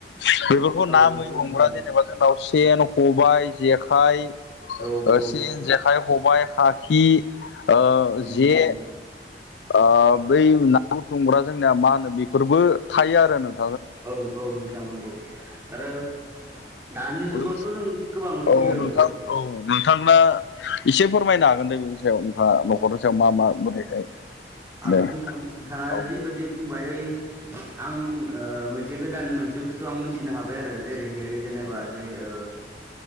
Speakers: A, on the left; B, on the right.
A: बेफोरखौ
B: औ
A: ना
B: नंगौ
A: मै हमग्रा
B: नोंथां नंगौ
A: जेनेबा जोंनाव सेन, खबाइ, जेखाइ, ओ
B: औ औ
A: सिन, जेखाइ, खबाइ, खाखि ओ
B: उम
A: जे
B: उम
A: ओ बै ना बुथुमग्रा जोंनिया मा होनो बेफोरबो थायो आरो नों
B: औ औ नोंथांं नंगौ आरो दानि जुगावथ'
A: लोगोसे
B: जों गोबां बिदि
A: औ नोंथां
B: ओं ओं
A: औ। नोंथांना एसे फोरमायनो हागोन दे बेनि सायाव नोंथाङा न'खरनि सायाव मा मा बोरैहाय
B: हागोन
A: दे
B: नोंथां नोंथाङा
A: औ
B: जिबायदि
A: दे
B: बुंबाय ओइ आं ओ मोनसे गोदान मोनसे बुस्थु आं मोनथिनो हाबाय आरो जेरै बे जेनेबा
A: औ
B: जे ओ